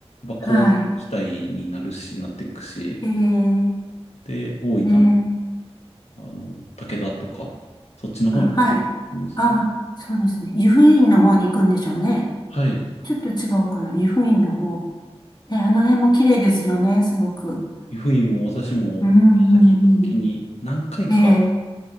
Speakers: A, on the left (about 80°); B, on the left (about 40°).
A: やっぱ工業地帯になるし、
B: はい。
A: なっていくし、
B: えー、
A: で、大分の、
B: ね
A: あの、武田とか、そっちの方に出てくるんですかね。
B: あ、はい。あ、そうですね。湯布院の方に行くんでしょうね。
A: はい。
B: ちょっと違うかな。湯布院の方。ね、あの辺も綺麗ですよね、すごく。
A: 湯布院も私も、
B: うん、
A: さっき行った時に、
B: うん
A: 何回か、
B: うんええ